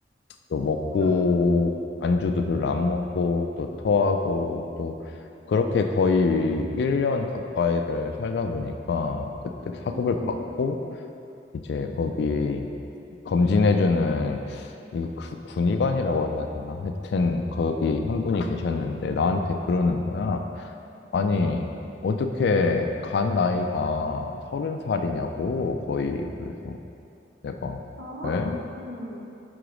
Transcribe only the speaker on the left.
또 먹고
안주도 별로 안 먹고 또 토하고 또 그렇게 거의 1년 가까이를 살다 보니까 그때 사급을
받고 이제 거기 검진해주는 이 그 군의관이라고 해야 되나? 하여튼 거기 한 분이 계셨는데 나한테 그러는 거야. 아니 어떻게 간 나이가 서른 살이냐고 거의 그래서 내가
에?